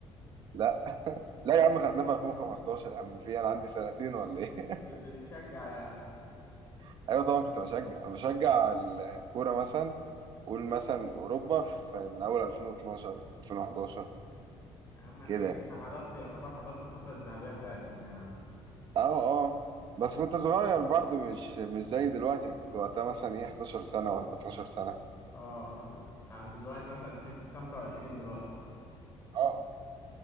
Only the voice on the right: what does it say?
لا لا يا عم خدناها في 2015 يا عم في انا عندي سنتين ولا ايه
<laughs> ايوه طبعا كنت بشجع انا بشجع الكوره مثلا قول مثلا اوروبا في من اول 2012 2011
كده
اه اه بس كنت صغير برضه مش مش زي دلوقتي يعني كنت وقتها مثلا ايه 11 سنه ولا 12 سنه
اه